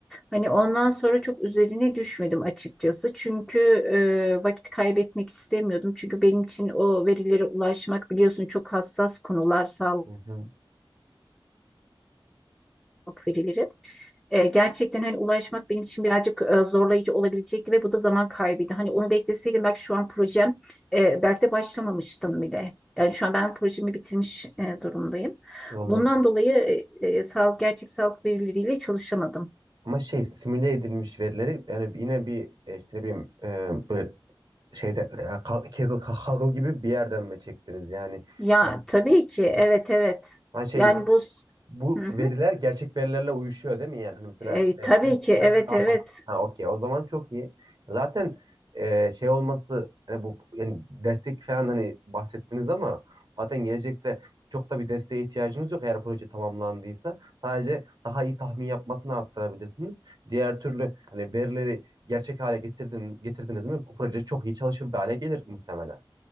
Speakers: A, in the centre; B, on the right (about 50°).
A: Hani ondan sonra çok üzerine düşmedim açıkçası. Çünkü e, vakit kaybetmek istemiyordum. Çünkü benim için o verilere ulaşmak biliyorsun çok hassas konular sağlık
B: Hı hı,
A: verileri. E, gerçekten hani ulaşmak benim için birazcık e, zorlayıcı olabilecekti ve bu da zaman kaybıydı. Hani onu bekleseydim belki şu an projem e, belki de başlamamıştım bile. Yani şu an ben projemi bitirmiş e, durumdayım.
B: anladım.
A: Bundan dolayı e, e, sağlık gerçek sağlık verileriyle çalışamadım.
B: Ama şey simüle edilmiş verileri yani yine bir e, işte ne bileyim e, böyle şeyde e, Ka- Kaggle Kaggle gibi bir yerden mi çektiniz yani?
A: Ya
B: Ha,
A: tabii
B: bu-
A: ki evet evet.
B: Hani şey
A: Yani bu
B: bu
A: hı hı.
B: veriler gerçek verilerle uyuşuyor değil mi yani? Hani mesela
A: E, tabii
B: e,
A: ki evet
B: daha
A: evet.
B: fazla. Ha okey. O zaman çok iyi. Zaten e, şey olması e, bu yani destek falan hani bahsettiniz ama zaten gelecekte çok da bir desteğe ihtiyacınız yok eğer proje tamamlandıysa. Sadece daha iyi tahmin yapmasını arttırabilirsiniz. Diğer türlü hani verileri gerçek hale getirdin, getirdiniz mi bu proje çok iyi çalışır bir hale gelir muhtemelen.